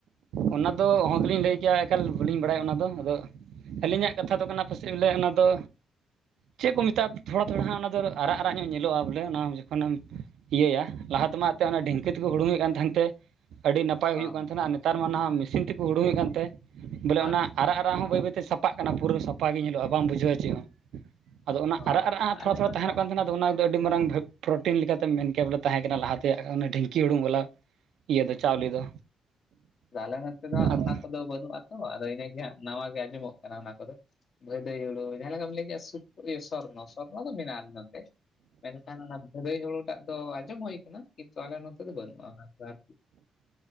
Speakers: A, on the right; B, on the left.
A: ᱚᱱᱟ ᱫᱚ ᱚᱦᱚᱜᱮᱞᱤᱧ ᱞᱟᱹᱭ ᱠᱮᱭᱟ ᱮᱠᱟᱞ ᱵᱟᱞᱤᱧ ᱵᱟᱲᱟᱭᱟ ᱚᱱᱟᱫᱚ ᱟᱫᱚ᱾ ᱟᱹᱞᱤᱧᱟᱜ ᱠᱟᱛᱷᱟ ᱫᱚ ᱠᱟᱱᱟ ᱯᱟᱥᱮᱡ ᱵᱚᱞᱮ ᱚᱱᱟ ᱫᱚ ᱪᱮᱫ ᱠᱚ ᱢᱮᱛᱟᱜᱼᱟ ᱛᱷᱚᱲᱟ ᱛᱷᱚᱲᱟ ᱦᱟᱸᱜ ᱚᱱᱟ ᱫᱚ ᱟᱨᱟᱜ ᱟᱨᱟᱜ ᱧᱚᱜ ᱧᱮᱞᱚᱜᱼᱟ ᱵᱚᱞᱮ ᱚᱱᱟ ᱡᱚᱠᱷᱚᱱᱮᱢ ᱤᱭᱟᱹᱭᱟ ᱞᱟᱦᱟ ᱛᱮᱢᱟ ᱮᱛᱮᱫ ᱚᱱᱟ ᱰᱷᱤᱝᱠᱤ ᱛᱮᱠᱚ ᱦᱩᱲᱩᱝ ᱮᱮᱫ ᱠᱟᱱ ᱛᱟᱦᱮᱸᱱ ᱛᱮ ᱟᱹᱰᱤ ᱱᱟᱯᱟᱭ ᱦᱩᱭᱩᱜ
B: ᱚ
A: ᱠᱟᱱ ᱛᱟᱦᱮᱱᱟ ᱟᱨ ᱱᱮᱛᱟᱨ ᱢᱟ ᱱᱟᱦᱟᱜ ᱢᱮᱥᱤᱱ ᱛᱮᱠᱚ ᱦᱩᱲᱩᱮᱫ ᱠᱟᱱᱛᱮ ᱵᱚᱞᱮ
B: ᱦᱳᱭ
A: ᱚᱱᱟ ᱟᱨᱟᱜ ᱫᱟᱜ ᱦᱚᱸ ᱵᱟᱹᱭ ᱵᱟᱹᱭᱛᱮ ᱥᱟᱯᱟᱜ ᱠᱟᱱᱟ ᱯᱩᱨᱟᱹ ᱥᱟᱯᱷᱟᱜ ᱜᱮ ᱧᱮᱞᱚᱜᱼᱟ ᱵᱟ ᱵᱩᱡᱷᱟᱹᱜᱼᱟ ᱪᱮᱫ ᱦᱚᱸ ᱟᱫᱚ ᱚᱱᱟ
B: ᱚ
A: ᱟᱨᱟᱜ ᱟᱨᱟᱜ ᱦᱚᱸ
B: ᱟᱞᱮ
A: ᱛᱷᱚᱲᱟ ᱛᱷᱚᱲᱟ
B: ᱱᱚᱛᱮ
A: ᱛᱟᱦᱮᱱᱚᱜ ᱠᱟᱱ ᱛᱟᱦᱮᱱᱟ, ᱟᱫᱚ ᱚᱱᱟᱫᱚ ᱟᱹᱰᱤ ᱢᱟᱨᱟᱝ ᱯᱨᱚᱴᱤᱱ ᱞᱮᱠᱟᱛᱮ ᱢᱮᱱᱠᱮ ᱵᱚᱞᱮ ᱛᱟᱦᱮᱸ ᱠᱟᱱᱟ ᱞᱟᱦᱟᱛᱮ ᱰᱷᱤᱝᱠᱤ ᱦᱩᱲᱩ ᱵᱟᱞᱟ᱾ ᱤᱭᱟᱹ ᱫᱚ ᱪᱟᱣᱞᱮ ᱫᱚ
B: ᱟ ᱟᱞᱮ ᱢᱮᱱᱛᱮᱫ ᱫᱚ ᱦᱟᱸᱜ
A: ᱟᱫᱚ
B: ᱚᱱᱟ ᱠᱚᱫᱚ ᱵᱟᱹᱱᱩᱜᱼᱟᱛᱚ ᱟᱫᱚ ᱤᱱᱟᱹᱜ ᱜᱮ ᱦᱟᱸᱜ ᱱᱟᱣᱟ ᱜᱮ ᱟᱸᱡᱚᱢᱚᱜ ᱠᱟᱱᱟ ᱚᱱᱟ ᱠᱚᱫᱚ ᱵᱷᱟᱹᱭᱫᱟᱹᱭ ᱦᱳᱲᱩ ᱡᱟᱦᱟᱸ ᱞᱮᱠᱟᱢ ᱞᱟᱹᱭ ᱠᱮᱫᱮᱜᱭᱟ ᱥᱩᱠ ᱤᱭᱟᱹ ᱥᱟᱨᱱᱟ ᱫᱚ ᱢᱮᱱᱟᱜ ᱟ ᱱᱚᱛᱮ ᱢᱮᱱᱠᱷᱟᱱ ᱚᱱᱟ ᱵᱷᱟᱫᱟᱭ ᱦᱩᱲᱩ ᱮᱴᱟᱜ ᱫᱚ ᱟᱸᱡᱚᱢ ᱦᱩᱭ ᱟᱠᱟᱱᱟ ᱠᱤᱱᱛᱩ ᱟᱞᱮ ᱱᱚᱛᱮ ᱫᱚ ᱵᱟᱹᱱᱩᱜᱼᱟ ᱚᱱᱟ ᱟᱨᱠᱤ᱾